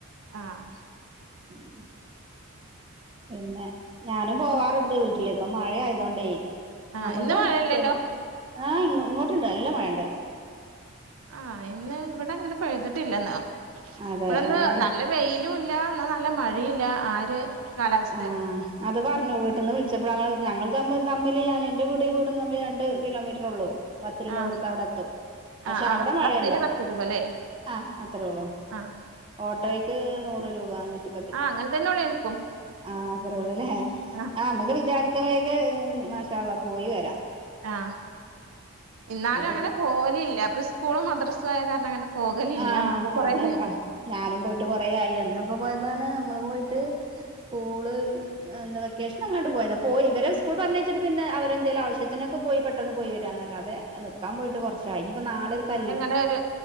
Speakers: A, on the right; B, on the right.
A: ആഹ്
B: ഉം പിന്നെ ഞാനും പോവാറ്ണ്ട് വീട്ടില്. ഇപ്പ മഴ ആയതോണ്ടേ.
A: ആഹ്
B: നമ്മത്
A: ഇന്ന്
B: അടുത്ത്
A: മഴയില്ലല്ലോ
B: ആഹ് ഇ ഇങ്ങോട്ടുണ്ട് നല്ല മഴണ്ട്
A: ആഹ് ഇന്ന് ഇവിടെ അങ്ങനെ പെയ്തിട്ടില്ലന്ന്
B: അതെ
A: ഇവിടൊന്ന്
B: ഏഹ്
A: നല്ല വെയിലും ഇല്ല എന്നാ നല്ല മഴയില്ല ആഒര് കാലാവസ്ഥയാണ്
B: ആഹ് അത് പറഞ്ഞു വീട്ടീന്ന് വിളിച്ചപ്പോ ഞങ്ങള് തമ്മില് തമ്മിൽ ഞാന് എന്റെ വീട് വീടും തമ്മിൽ രണ്ട് കിലോമീറ്റർ ഉള്ളൂ പത്ത് രൂപ
A: ആഹ്
B: കൊടുത്താ അവിടെ എത്തും പക്ഷെ
A: ആഹ്
B: അവിടെ
A: ആഹ്
B: മഴയല്ല
A: ബസ്സിന് പത്ത് രൂപല്ലേ
B: ആഹ് അത്രേയൊള്ളു
A: ആഹ്
B: ഓട്ടോയ്ക്ക് നൂറ് രൂപ നൂറ്റി
A: ആഹ് അങ്ങനെ തന്നെയുള്ള് എന്
B: ആ അത്രേള്ളൂല്ലേ
A: ആഹ്
B: ആ നമുക്ക് വിചാരിക്കുമ്പോഴേക്ക് മഷാള്ള പോയി വരാം
A: ആഹ് ഇന്നാലും
B: അപ്പൊ
A: അങ്ങനെ പോവല് ഇല്ല അപ്പൊ സ്കൂളും മദ്രസയെ കാരണം അങ്ങനെ പോകലില്ല
B: ആഹ്
A: അപ്പൊ കൊറേ
B: അതെ
A: ദി
B: തെ ആ ഞാനും പോയിട്ട് കൊറയായി എന്നിപ്പോ പോയതാണ് നമ്മള് പോയിട്ട് സ്കൂള് എന്ത് വെക്കേഷൻ അങ്ങാണ്ട് പോയതാ പോയ്‌ ഇവര് സ്കൂൾ പറഞ്ഞയച്ചിട്ട് പിന്നെ അവരെന്തേലും ആവശ്യത്തിനൊക്ക പോയി പെട്ടന്ന് പോയി വരാൻ എന്നല്ലാതെ തെ നിൽക്കാൻ പോയിട്ട് കുറച്ചായി ഇനിപ്പ നാളെ ഒരു കല്ല്
A: ന്നേര്